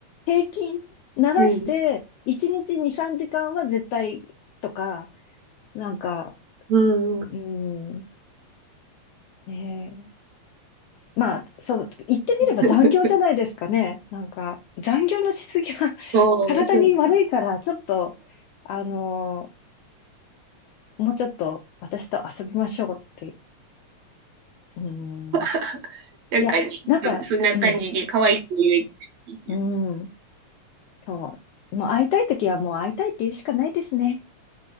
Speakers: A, on the left; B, on the right.
A: 平均ならして、
B: い。
A: 一日2、3時間は絶対とか、なんか、
B: うんん。
A: うん、ねえまあ、そう、言ってみれば残業じゃないですかね。
B: <laughs>
A: なんか、残業のしすぎは <laughs>
B: そう、
A: 体に悪いから、
B: そう。
A: ちょっと、あのもうちょっと私と遊びましょうって。うん、
B: <laughs> なんかね、
A: いや、なんか、
B: そそんな感じで可愛い子言えたんする
A: うん、うん。そう。もう会いたいときはもう会いたいって言うしかないですね。